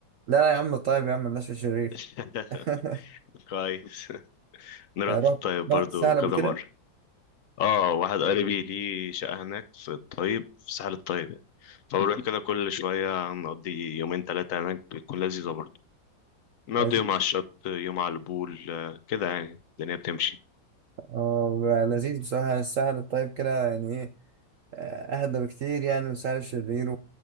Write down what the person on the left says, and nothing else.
<laughs>
كويس نروح
الطيب برضو
كذا
مرة اه واحد قريبي ليه شقة هناك في الطيب في ساحل الطيب يعني فبنروح كده كل <laughs> شوية نقضي يومين تلاتة هناك بتكون لذيذة برضو نقضي
يوم على الشط يوم على البول آه، كده يعني الدنيا بتمشي